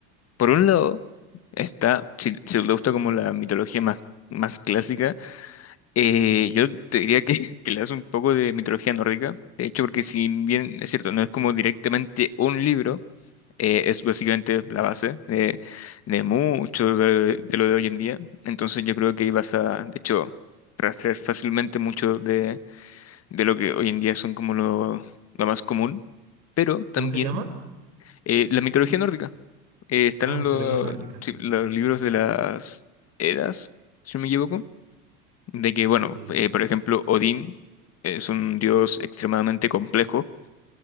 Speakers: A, on the left; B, on the right.
A: por un lado está, si, si te gusta como la mitología más, más clásica, eh, yo te diría que, <laughs> que le das un poco de mitología nórdica, de hecho, porque si bien es cierto, no es como directamente un libro, eh, es básicamente la base de, de mucho de, de lo de hoy en día. Entonces yo creo que ahí vas a, de hecho, rastrear fácilmente mucho de, de lo que hoy en día son como lo, lo más común. Pero también
B: ¿Cómo se llama?
A: eh, la mitología nórdica. Eh, están
B: Ah, mitología
A: lo-
B: nórdica, sí.
A: sí, los libros de las Edas, si no me equivoco, de que, bueno,
B: Sí.
A: eh, por ejemplo, Odín es un dios extremadamente complejo.